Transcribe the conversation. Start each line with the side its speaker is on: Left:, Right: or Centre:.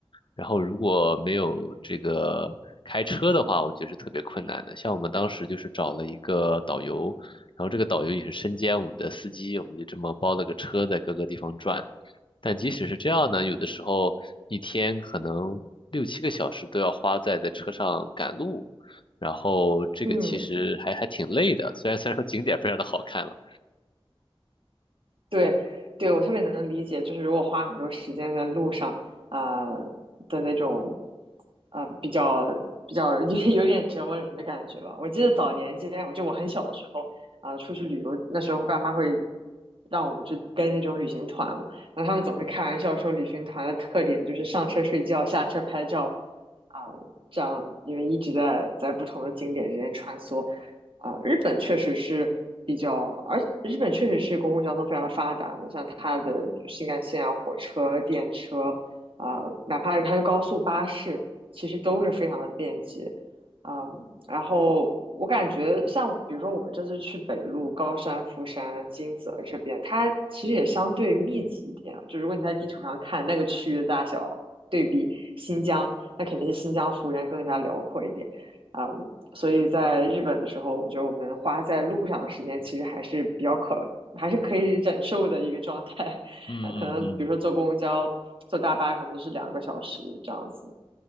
Left: 然后如果没有这个开车的话，我觉得是特别困难的。像我们当时就是找了一个导游，然后这个导游也是身兼我们的司机，我们就这么包了个车在各个地方转。但即使是这样呢，有的时候一天可能六七个小时都要花在在车上赶路，然后这个其实还还挺累的。
Right: 嗯，
Left: 虽然虽然说景点非常的好看了，
Right: 对，对，我特别能理解，就是如果花很多时间在路上，啊、的那种，啊、比较比较 <laughs> 有点折磨人的感觉吧。我记得早年间，我就我很小的时候，啊、出去旅游，那时候爸妈会让我们去跟那种旅行团嘛，然后他们总是开玩笑说，旅行团的特点就是上车睡觉，下车拍照，啊、这样因为一直在在不同的景点之间穿梭。啊、呃日本确实是比较，而日本确实是公共交通非常发达的，像它的新干线啊、火车、电车啊、呃哪怕是它的高速巴士，其实都是非常的便捷。啊、然后我感觉像比如说我们这次去北路、高山、富山、金泽这边，它其实也相对密集一点啊就如果你在地图上看那个区域的大小，对比新疆，那肯定是新疆幅员更加辽阔一点。啊、所以在日本的时候，我觉得我们花在路上的时间其实还是比较可，还是可以忍受的一个状态。
Left: 嗯嗯
Right: 呃，可能比如说坐公交、坐大巴，可能都是两个小时这样子。